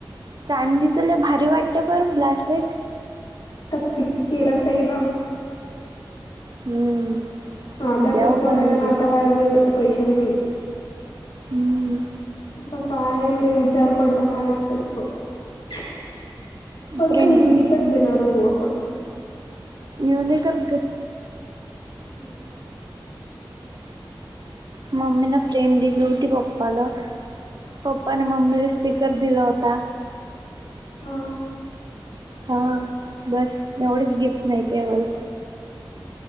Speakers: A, on the right (about 55°); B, on the left (about 70°).
A: चांदीच लय भारी वाटते बरं ब्रासलेट.
B: <unintelligible>
A: हम्म
B: ह आता
A: द्याव
B: करून का फायदा
A: म्हणली
B: नाही आता
A: ती
B: <unintelligible> जेवढे पैसे बी नाहीत
A: हम्म
B: आता काय मले विचार पडला काय <unintelligible> त पण
A: प्रिंट
B: काही युनिकच देणार हो आपण.
A: युनिकच दे.
B: हम्
A: मम्मी न फ्रेम दिली होती पप्पाला पप्पा नं मम्मीला स्पीकर दिला होता.
B: हा
A: हा बस एवढेच गिफ्ट माहितीय मला.